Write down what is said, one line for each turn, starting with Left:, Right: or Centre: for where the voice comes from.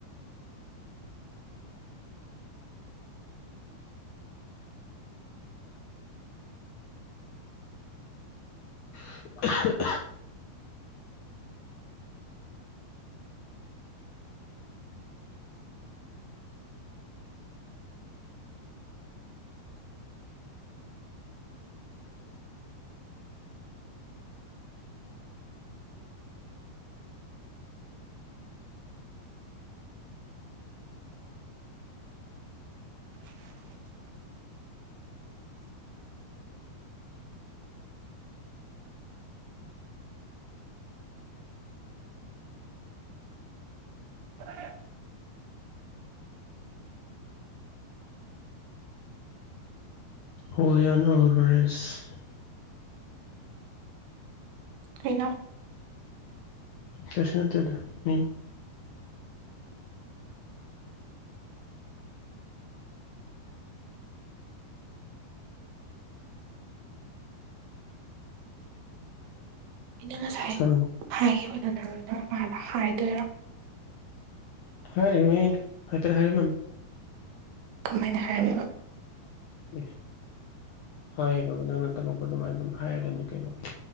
Left: <unintelligible>
Right: ꯍꯣꯏ
Left: ꯍꯋꯌꯟ ꯑꯣꯜꯕꯔꯦꯁ
Right: ꯀꯅ
Left: ꯁꯁꯟꯠꯇꯗ ꯃꯤ
Right: ꯑꯩꯅ ꯉꯁꯥꯏ
Left: ꯀꯥꯡ
Right: ꯍꯥꯏꯈꯤꯕꯗꯨ ꯅꯪ ꯅꯪ ꯃꯥꯗ ꯍꯥꯏꯗꯣꯏꯔꯥ
Left: ꯍꯔꯔꯝ ꯍꯥꯏꯐꯦ ꯍꯥꯏꯔꯤꯝꯝ
Right: ꯀꯃꯥꯏꯅ ꯍꯥꯏꯔꯝꯕ
Left: ꯑꯦ ꯍꯥꯏꯌꯦ ꯕꯕꯥ ꯅꯪꯅ ꯇꯝꯃꯛꯄ ꯑꯗꯨꯃꯥꯏ ꯑꯗꯨꯝ ꯍꯥꯏꯒꯗꯅꯤ ꯀꯩꯅꯣ